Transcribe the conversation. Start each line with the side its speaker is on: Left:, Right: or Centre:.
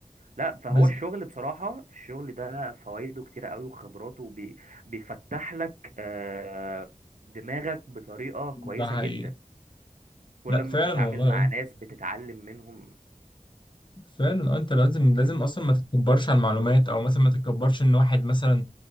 Right: لا فهو
Left: بز...
Right: الشغل بصراحة الشغل ده فوائده كتيرة قوي وخبراته بي بيفتح لك آه، دماغك بطريقة كويسة
Left: ده حقيقي
Right: جدا كل
Left: لا
Right: ما
Left: فعلا
Right: بتتعامل
Left: والله
Right: مع
Left: اه
Right: ناس بتتعلم منهم
Left: فعلا اه انت لازم لازم اصلا ما تتكبرش على المعلومات او مثلا ما تتكبرش ان واحد مثلا